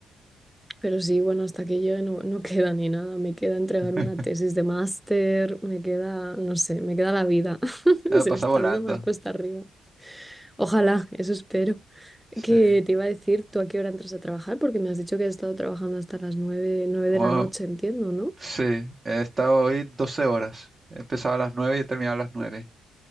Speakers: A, in the centre; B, on the right (about 30°).
A: pero sí, bueno, hasta que llegue no, no queda ni nada, me queda entregar
B: <laughs>
A: una tesis de máster, me queda, no sé, me queda la vida, <laughs>
B: No,
A: se
B: pasa
A: me está
B: volando.
A: haciendo más cuesta arriba. Ojalá, eso espero.
B: Sí.
A: que te iba a decir? ¿Tú a qué hora entras a trabajar? Porque me has dicho que has estado trabajando hasta las nueve, nueve
B: Bueno,
A: de la noche, entiendo, ¿no?
B: Sí, he estado hoy 12 horas. He empezado a las 9 y he terminado a las 9.